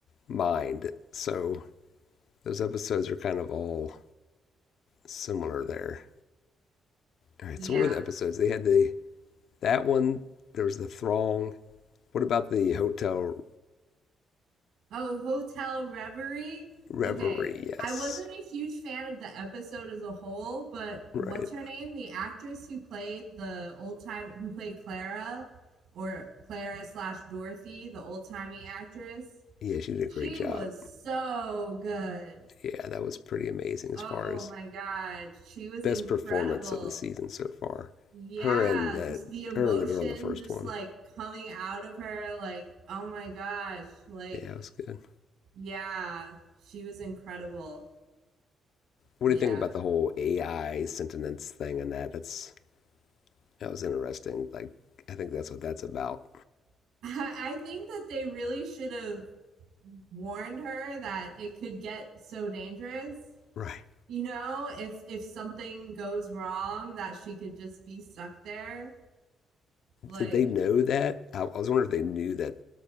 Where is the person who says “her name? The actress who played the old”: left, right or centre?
Right